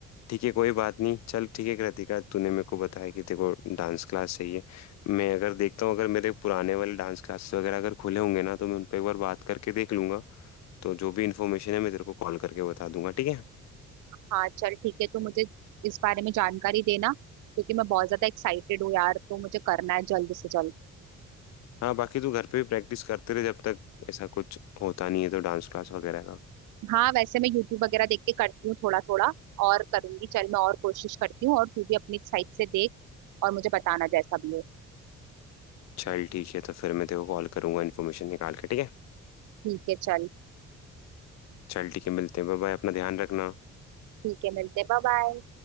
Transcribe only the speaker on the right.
हाँ चल ठीक है तो मुझे इस बारे में जानकारी देना क्योंकि मैं बहुत ज्यादा एक्साइटेड हूँ यार तो मुझे करना है जल्द से जल्द
हाँ वैसे मैं यूट्यूब वगैरह देख के करती हूँ थोड़ा थोड़ा और करूंगी चल मैं और कोशिश करती हूँ और तू भी अपनी साइड से देख और मुझे बताना जैसा भी हो
ठीक है चल
ठीक है मिलते बाय बाय